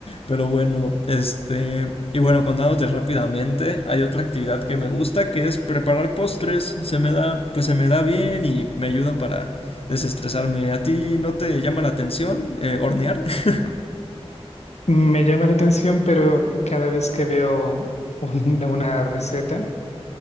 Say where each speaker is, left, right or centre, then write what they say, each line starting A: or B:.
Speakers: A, on the left; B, on the left.
A: Pero bueno, este, y bueno, contándote rápidamente, hay otra actividad que me gusta que es preparar postres. Se me da, pues se me da bien y me ayuda para desestresarme. ¿A ti no te llama la atención eh, hornear? <laughs>
B: me llama la atención, pero cada vez que veo una, una receta,